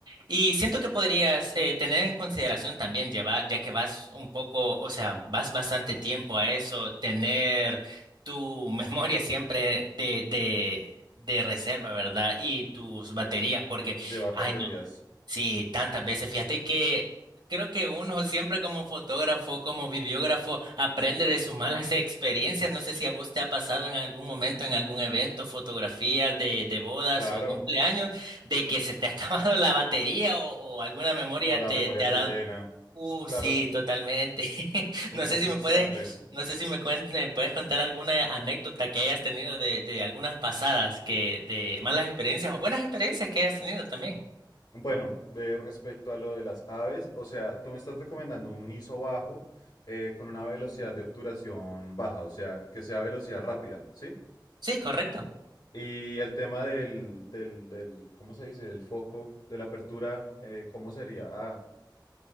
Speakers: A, on the right (about 70°); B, on the left (about 60°).
A: y siento que podrías eh, tener en consideración también llevar, ya que vas un poco, o sea, vas bastante tiempo a eso, tener tu <laughs> memoria siempre de, de, de reserva, ¿verdad? Y tus baterías, porque,
B: Llevar
A: ay,
B: baterías.
A: no. Sí, tantas veces. Fíjate que creo que uno siempre como fotógrafo, como videógrafo, aprende de sus malas <laughs> experiencias. No sé si a vos te ha pasado en algún momento, en algún evento, fotografías de, de bodas
B: Claro.
A: o cumpleaños, de que se te ha <laughs> acabado la batería o, o alguna memoria
B: O la
A: te,
B: memoria
A: te
B: se
A: ha dado.
B: llena.
A: Uh,
B: Claro.
A: sí, totalmente. <laughs> No
B: Es muy
A: sé si
B: frustrante.
A: me puedes, no sé si me, cuen- me puedes contar alguna anécdota que hayas tenido de, de algunas pasadas que, de malas experiencias o buenas experiencias que hayas tenido también.
B: Bueno, de respecto a lo de las aves, o sea, tú me estás recomendando un ISO bajo eh, con una velocidad de obturación baja, o sea, que sea velocidad rápida, ¿sí?
A: Sí, correcto.
B: Y el tema del, del, del, ¿cómo se dice? Del foco, de la apertura, eh, ¿cómo sería? Ah,